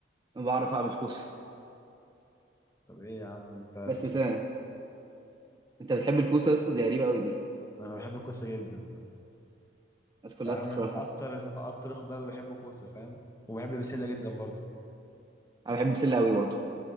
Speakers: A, on the right; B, on the left.
A: انا بعرف اعمل كوسه <laughs>
B: طب ايه يا عم انت
A: بس
B: شكلك
A: سنة. انت بتحب الكوسه يا اسطى دي غريبه قوي دي
B: انا بحب الكوسة جدا
A: الناس كلها
B: يعني
A: بتكرهها
B: أنا من اكتر اكتر الخضار اللي بحبه كوسة فاهم وبحب البسلة جدا برضه
A: انا بحب البسله قوي برضو